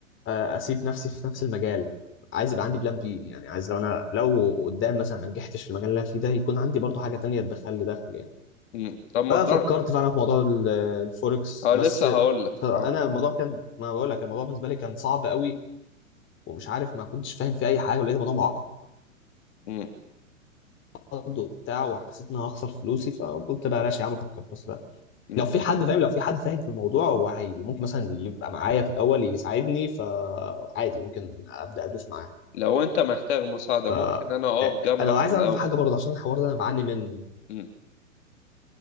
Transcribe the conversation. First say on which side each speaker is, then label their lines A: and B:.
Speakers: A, on the left; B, on the left.
A: آه، اسيب نفسي في نفس المجال عايز يبقى عندي بلان بي يعني عايز لو انا لو قدام مثلا ما نجحتش في المجال اللي انا فيه ده يكون عندي برضو حاجه تانية تدخل لي دخل يعني
B: امم طب ما
A: ففكرت
B: تجرب
A: فعلا في موضوع ال- الفوركس
B: اه
A: بس
B: لسه هقول لك
A: انا
B: اه
A: الموضوع كان ما بقول لك الموضوع بالنسبه لي كان صعب قوي ومش عارف ما كنتش فاهم في اي حاجه ولقيت الموضوع
B: امم
A: برضه وبتاع وحسيت ان انا هخسر فلوسي فقلت بلاش يا عم افكر بس
B: أمم.
A: لو في حد فاهم لو في حد فاهم في الموضوع هو هي ممكن مثلا يبقى معايا في الاول يساعدني فعادي ممكن ابدا ادوس معاه
B: لو انت محتاج مساعدة
A: ف
B: ممكن انا اقف جنبك
A: انا عايز
B: في الاول
A: اعرف حاجه برضه عشان الحوار ده انا بعاني منه
B: امم